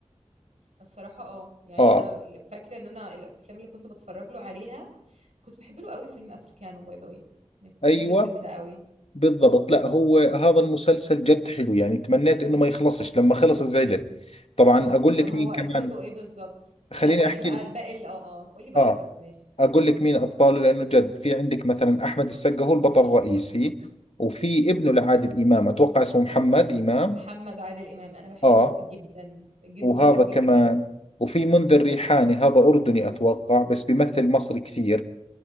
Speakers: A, on the right; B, on the left.
A: الصراحة اه يعني
B: اه
A: انا فاكرة ان انا الافلام اللي كنت بتفرج له عليها كنت بحب له قوي فيلم افريكانو باي ذا واي يعني كنت
B: ايوه
A: بحب الفيلم ده قوي
B: بالضبط لا هو هذا المسلسل جد حلو يعني تمنيت انه ما يخلصش لما خلص زعلت طبعا اقول لك
A: طب هو
B: مين
A: قصته
B: كمان
A: ايه بالظبط
B: خليني
A: لا قولي
B: احكي
A: بقى
B: لك
A: الباقي ال- اه قولي بقى
B: اه
A: الكاست ماشي
B: اقول لك مين ابطاله لانه جد في عندك مثلا احمد السقا هو البطل الرئيسي وفي ابنه لعادل امام اتوقع اسمه محمد امام
A: محمد عادل امام انا بحبه
B: اه
A: جدا جدا
B: وهذا
A: جدا
B: كمان وفي منذر ريحاني هذا اردني اتوقع بس بيمثل مصري كثير